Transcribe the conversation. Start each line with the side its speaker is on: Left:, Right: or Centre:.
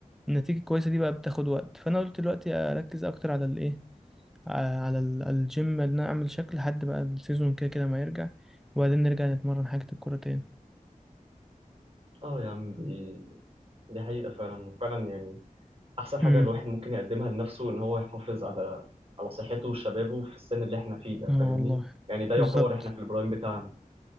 Centre: النتيجة الكويسة دي بقى بتاخد وقت فانا قلت دلوقتي اركز اكتر على الايه آه، على ال- الجيم ان انا اعمل شكل لحد بقى السيزون كده كده ما يرجع وبعدين نرجع نتمرن حاجة الكورة تاني
Right: اه يا عم دي دي حقيقه فعلا وفعلا يعني احسن حاجه
Centre: امم
Right: الواحد ممكن يقدمها لنفسه ان هو يحافظ على على صحته وشبابه في السن اللي احنا فيه ده
Centre: اه
Right: فاهمني
Centre: والله
Right: يعني ده يعتبر
Centre: بالظبط
Right: احنا في البرايم بتاعنا